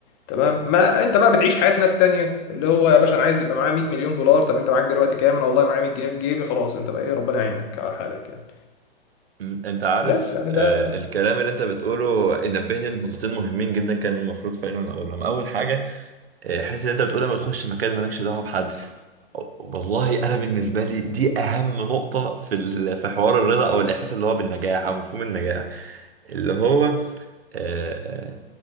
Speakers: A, on the left; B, on the right.
A: تمام ما انت بقى بتعيش حياه ناس تانية اللي هو يا باشا انا عايز يبقى معايا 100 مليون دولار طب انت معاك دلوقتي كام انا والله معايا 100 جنيه في جيبي خلاص انت بقى ايه ربنا يعينك على حالك يعني
B: مم. أنت عارف
A: بس يعني
B: آه
A: ده
B: الكلام اللي أنت بتقوله نبهني لنقطتين مهمين جدا كان المفروض فعلا أقولهم أول حاجة الحته اللي انت بتقولها ما تخش مكان مالكش دعوه بحد والله انا بالنسبه لي دي اهم نقطه في ال- في حوار الرضا او الاحساس اللي هو بالنجاح او مفهوم النجاح اللي هو آه، آه،